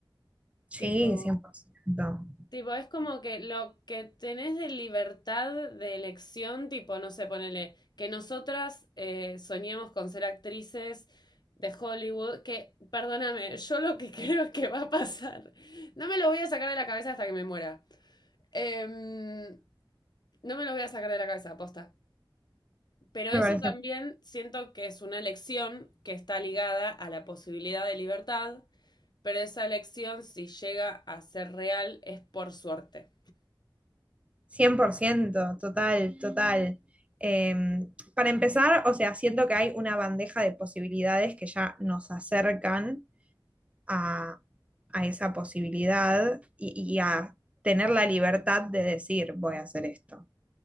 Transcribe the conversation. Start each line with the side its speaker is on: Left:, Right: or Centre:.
Right: sí,
Left: Tipo...
Right: 100%.
Left: Tipo, es como que lo que tenés de libertad de elección, tipo, no sé, ponele, que nosotras eh, soñemos con ser actrices de Hollywood, que, perdóname, yo lo que <laughs> creo es que va a pasar. No me lo voy a sacar de la cabeza hasta que me muera. Em, no me lo voy a sacar de la cabeza, aposta. Pero
Right: Me
Left: eso
Right: parece
Left: también siento que es una elección que está ligada a la posibilidad de libertad, pero esa elección, si llega a ser real, es por suerte.
Right: cien por ciento total, total. Em, para empezar, o sea, siento que hay una bandeja de posibilidades que ya nos acercan a, a esa posibilidad y, y a tener la libertad de decir, voy a hacer esto.